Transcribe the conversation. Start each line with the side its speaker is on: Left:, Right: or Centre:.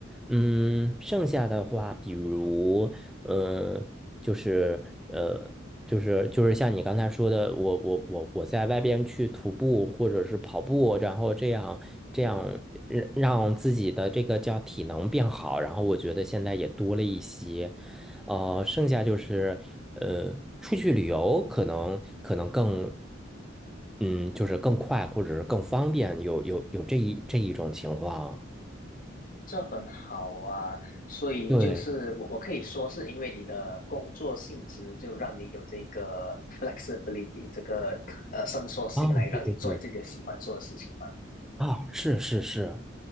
Centre: 嗯，剩下的话，比如，嗯，就是呃，就是就是像你刚才说的，我我我我在外边去徒步或者是跑步，然后这样这样让让自己的这个叫体能变好，然后我觉得现在也多了一些，呃，剩下就是呃，出去旅游可能可能更，嗯，就是更快或者是更方便，有有有这一这一种情况，
Left: 这很好啊，所以就是我我可以说是因为你的工作性质，
Centre: 对。
Left: 就让你有这个 flexibility 这个呃伸缩性来让你做你自己的喜欢做的事情嘛。
Centre: 啊，对对对，啊，是是是，